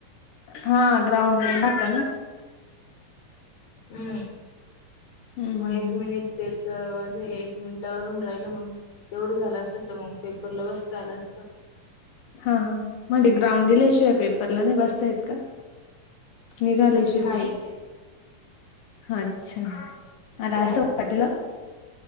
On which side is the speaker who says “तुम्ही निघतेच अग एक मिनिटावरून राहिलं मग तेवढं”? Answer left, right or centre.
Left